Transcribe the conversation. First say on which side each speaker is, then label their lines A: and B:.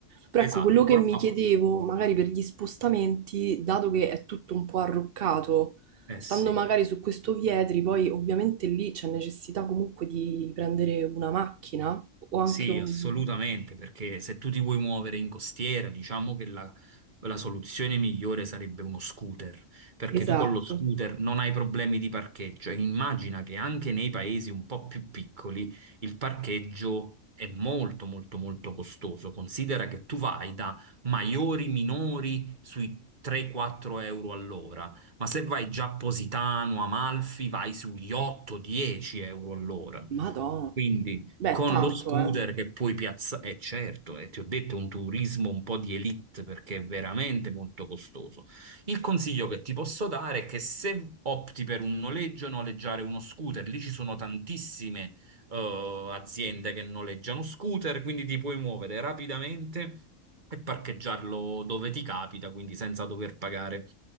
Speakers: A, on the right; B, on the right.
A: Però
B: Esatto,
A: ecco, quello che
B: però...
A: mi
B: ah,
A: chiedevo, magari per gli spostamenti, dato che è tutto un po' arroccato,
B: eh
A: Stando
B: sì.
A: magari su questo Vietri, poi ovviamente lì c'è necessità comunque di prendere una macchina o anche
B: Sì,
A: un...
B: assolutamente, perché se tu ti vuoi muovere in costiera, diciamo che la, la soluzione migliore sarebbe uno scooter, perché
A: Esatto.
B: tu con lo scooter non hai problemi di parcheggio. E immagina che anche nei paesi un po' più piccoli il parcheggio è molto, molto, molto costoso. Considera che tu vai da maiori, minori sui 3-4 euro all'ora, ma se vai già a Positano, Amalfi, vai sugli 8-10 euro all'ora.
A: Madonna.
B: Quindi
A: Beh,
B: con
A: tanto,
B: lo scooter
A: eh.
B: che puoi piazzare, eh, certo, e ti ho detto è un turismo un po' di elite perché è veramente molto costoso. Il consiglio che ti posso dare è che se opti per un noleggio, noleggiare uno scooter, lì ci sono tantissime eh, aziende che noleggiano scooter, quindi ti puoi muovere rapidamente e parcheggiarlo dove ti capita, quindi senza dover pagare